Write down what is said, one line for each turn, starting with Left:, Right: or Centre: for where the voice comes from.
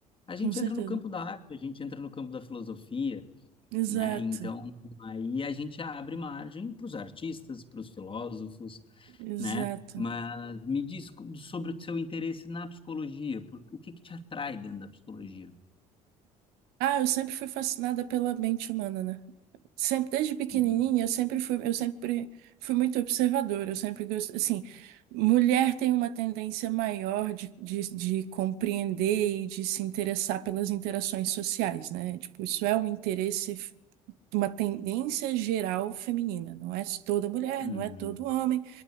Left: a gente
Right: Com certeza.
Left: entra no campo da arte, a gente entra no campo da filosofia,
Right: Exato.
Left: né? Então, aí a gente abre margem para os artistas, para os filósofos,
Right: Exato.
Left: né? Mas me diz co- sobre o seu interesse na psicologia, por, o que que te atrai dentro da psicologia?
Right: Ah, eu sempre fui fascinada pela mente humana, né? Sempre, desde pequenininha,
Left: Hum,
Right: eu sempre fui, eu sempre fui muito observadora, eu sempre gosto, assim, mulher tem uma tendência maior de, de, de compreender e de se interessar pelas interações sociais, né? Tipo, isso é um interesse, uma tendência geral feminina, não é toda mulher,
Left: uhum,
Right: não é todo homem,